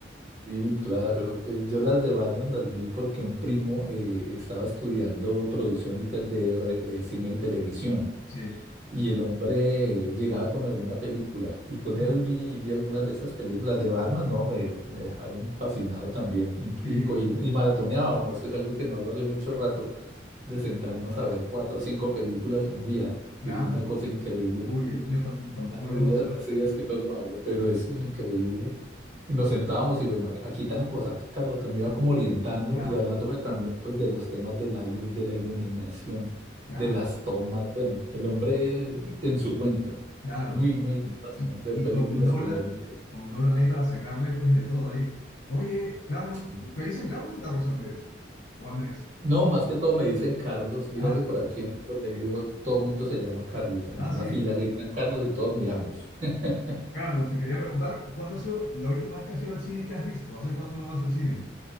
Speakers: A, on the right; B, on the left.
A: Sí, claro. Eh, Yo las de Batman las vi porque un primo eh, estaba estudiando producción de, te- de re- de cine y televisión
B: Sí.
A: y el hombre eh, llegaba con alguna película y con
B: Ajá,
A: él vi, vi algunas de esas películas de Batman, no, me, me dejaron fascinado también y,
B: Sí,
A: y cogí- y maratoneábamos, que es algo que no hago hace mucho rato. de sentarnos a ver cuatro o cinco películas un día,
B: claro.
A: que es una cosa increíble
B: Uy,
A: también.
B: eh, yo tam- tampoco
A: Hace
B: lo
A: días,
B: sé.
A: hace días que no lo hago, pero es increíble. Y nos sentábamos y bueno, aquí tal cosa, aquí tal otra, me iba como orientando
B: Claro,
A: y hablándome también pues de los temas de la luz, de la iluminación,
B: claro,
A: de las tomas, bueno, el hombre en su cuento.
B: claro.
A: Muy, muy fascinante
B: Y,
A: ver
B: y
A: películas
B: con Nolan,
A: con él, increíble.
B: con Nolan ahí para sacarle pues de todo ahí. Oye, Carlos,
A: Sí.
B: ¿te dicen Carlos o Carlos Andrés? ¿O Andrés?
A: No, más que todo me dicen Carlos. Mira
B: Ah,
A: que por
B: Carlos.
A: aquí en donde vivo todo el mundo se llama Carlos. En
B: Ah,
A: una
B: sí.
A: fila gritan Carlos y todos miramos. <laughs>
B: Carlos, te quería preguntar, ¿cuándo ha sido la última vez que has ido al cine que has visto? ¿Hace cuánto no vas al cine?